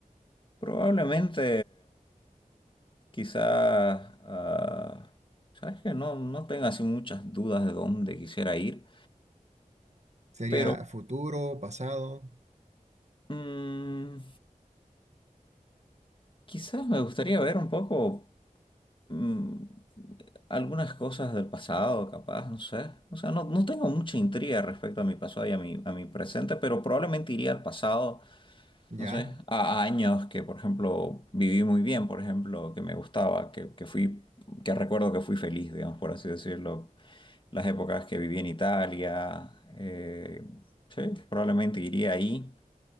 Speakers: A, on the left; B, on the right.
A: Probablemente, quizás, ah, sabes que no, no tengo así muchas dudas de dónde quisiera ir,
B: sería
A: pero
B: futuro, pasado.
A: mm, quizás me gustaría ver un poco. mm, algunas cosas del pasado, capaz, no sé. O sea, no, no tengo mucha intriga respecto a mi pasado y a mi, a mi presente, pero probablemente iría al pasado,
B: Ya.
A: no sé, a, a años que, por ejemplo, viví muy bien, por ejemplo, que me gustaba, que, que fui, que recuerdo que fui feliz, digamos, por así decirlo. Las épocas que viví en Italia, eh, sí, probablemente iría ahí.